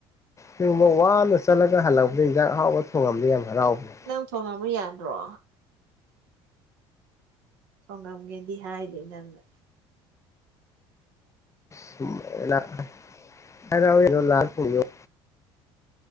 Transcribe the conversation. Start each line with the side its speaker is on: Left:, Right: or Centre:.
Left: ꯁꯤꯒꯨꯝꯕ ꯋꯥꯅ ꯆꯠꯂꯒ ꯍꯜꯂꯛꯄꯗ ꯍꯤꯟꯖꯥꯡ ꯍꯔꯥꯎꯕ ꯊꯣꯡꯉꯝꯗ ꯌꯥꯝ ꯍꯔꯥꯎꯕ꯭ꯔ
Right: ꯅꯪ ꯊꯣꯡꯉꯕ ꯌꯥꯗ꯭ꯔꯣ ꯊꯣꯡꯉꯝꯒꯦꯗꯤ ꯍꯥꯏꯗꯦ ꯅꯪꯅ
Left: <unintelligible>